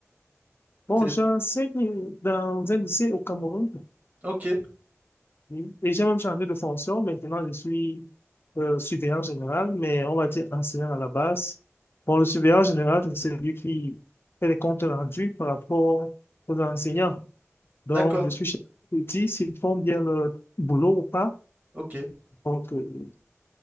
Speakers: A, on the left (about 45°); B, on the right (about 35°).
A: Bon,
B: T'es-
A: j'enseigne dans un lycée au Cameroun
B: Ok,
A: oui, et j'ai même changé de fonction. Maintenant, je suis euh, surveillant général, mais on va dire enseignant à la base. Bon, le surveillant général, c'est celui qui fait les comptes rendus par rapport aux enseignants. Donc,
B: d'accord,
A: je suis chef qui dit s'ils font bien leur boulot ou pas.
B: ok.
A: Donc, euh,